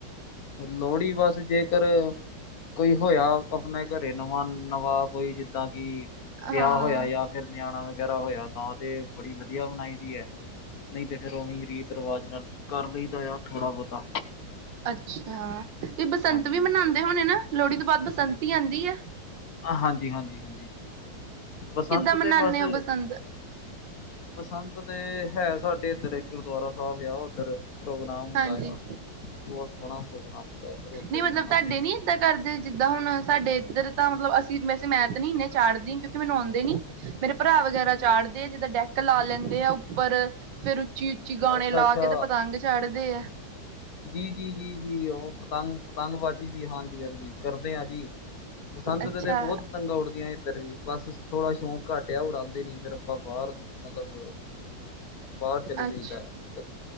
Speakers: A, on the left (about 55°); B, on the right (about 85°).
A: ਲੋਹੜੀ ਬਸ ਜੇਕਰ ਕੋਈ ਹੋਇਆ ਆਪਣੇ ਘਰੇ ਨਵਾਂ ਨਵਾਂ ਕੋਈ ਜਿੱਦਾਂ ਕਿ ਵਿਆਹ
B: ਹਾਂ
A: ਹੋਇਆ ਜਾਂ ਫਿਰ ਨਿਆਣਾ ਵਗੈਰਾ ਹੋਇਆ ਤਾਂ ਤੇ ਬੜੀ ਵਧੀਆ ਬਣਾਈ ਦੀ ਹੈ ਨਹੀਂ ਤੇ ਫੇਰ ਉਵੇਂ ਰੀਤ ਰਿਵਾਜ ਨਾਲ ਕਰ ਲਈਦਾ ਆ ਥੋੜ੍ਹਾ ਬਹੁਤਾ
B: ਅੱਛਾ ਤੇ ਬਸੰਤ
A: ਹਾਂਜੀ
B: ਵੀ ਮਨਾਉਂਦੇ ਹੋਣੇ ਨਾ ਲੋਹੜੀ ਤੋਂ ਬਾਅਦ ਬਸੰਤ ਹੀ ਆਉਂਦੀ ਹੈ
A: ਹਾਂਜੀ ਹਾਂਜੀ ਹਾਂਜੀ ਬਸੰਤ
B: ਕਿੱਦਾਂ ਮਨਾਨੇ
A: ਤੇ ਬਸ
B: ਓ ਬਸੰਤ?
A: ਬਸੰਤ ਤੇ ਹੈ ਸਾਡੇ ਇੱਧਰ ਗੁਰਦੁਆਰਾ ਸਾਹਿਬ ਆ ਉੱਧਰ ਪ੍ਰੋਗਰਾਮ ਹੁੰਦਾ
B: ਹਾਂਜੀ।
A: ਆ ਬ ਸੋਹਣਾ ਪ੍ਰੋਗਰਾਮ ਹੁੰਦਾ ਫਿਰ ਉੱਧਰ
B: ਨਹੀਂ ਮਤਲਬ
A: ਹੀ ਮਨਾਉਂਦੇ
B: ਤੁਹਾਡੇ
A: ਹਾਂ ਉੱਧਰ
B: ਨੀ ਏਦਾਂ
A: ਹੀ
B: ਕਰਦੇ ਜਿੱਦਾਂ ਹੁਣ ਸਾਡੇ ਇੱਧਰ ਤਾਂ ਮਤਲਬ ਅਸੀਂ ਵੈਸੇ ਮੈਂ ਨਹੀਂੰ ਚਾੜਦੀ ਕਿਉਂਕਿ ਮੈਨੂੰ ਆਉਂਦੇ ਨੀ ਮੇਰੇ ਭਰਾ ਵਗੈਰਾ
A: ਹਾਂਜੀ
B: ਚੜਦੇ ਜਦਾਂ ਡੈਥ ਲਾ ਲੈਂਦੇ ਆ ਉੱਪਰ ਫੇਰ ਉੱਚੀ ਉੱਚੀ ਗਾਣੇ
A: ਅੱਛਾ
B: ਲਾ
A: ਅੱਛਾ
B: ਕੇ ਤੇ ਪਤੰਗ ਚੜ੍ਹਦੇ ਆ
A: ਜੀ ਜੀ ਜੀ ਉਹ ਪਤੰਗ ਪਤੰਗਬਾਜ਼ੀ ਵੀ ਹਾਂਜੀ ਹਾਂਜੀ ਕਰਦੇ ਹਾਂ ਜੀ ਬਸੰਤ
B: ਅੱਛਾ,
A: ਤੇ ਬਹੁਤ ਤੰਗਾਂ ਉੱਡਦੀਆਂ ਇੱਧਰ ਵੀ ਬਸ ਥੋੜਾ ਸ਼ੌਕ ਘੱਟ ਆ ਉਡਾਉਂਦੇ ਨੀ ਫਿਰ ਆਪਾਂ ਬਾਹਰ ਮਤਲਬ ਬਾਹਰ ਚਲੇ
B: ਅੱਛ
A: ਜਾਈਦਾ ਆਧਰ